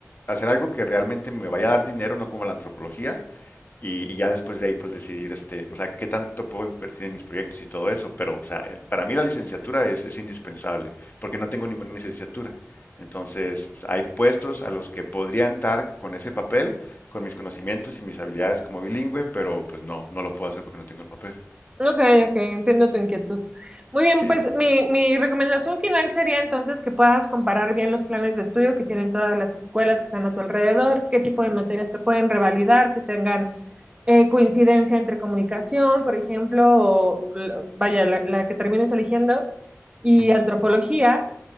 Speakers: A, on the left (about 40°); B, on the right (about 20°).
A: hacer algo que realmente me vaya a dar dinero, no como la antropología, y, y ya después de ahí, pues decidir, este, o sea, qué tanto puedo invertir en mis proyectos y todo eso. Pero, o sea, el- para mí la licenciatura es, es indispensable, porque no tengo ninguna licenciatura. Entonces, o sea, hay puestos a los que podría entrar con ese papel, con mis conocimientos y mis habilidades como bilingüe, pero pues no, no lo puedo hacer porque no tengo el papel.
B: Ok, ok, entiendo tu inquietud. Muy bien,
A: Sí.
B: pues mi, mi recomendación final sería entonces que puedas comparar bien los planes de estudio que tienen todas las escuelas que están a tu alrededor, qué tipo de materias te pueden revalidar, que tengan eh, coincidencia entre comunicación, por ejemplo, o, l- vaya, la, la que termines eligiendo, y
A: Ujú, ujú.
B: antropología,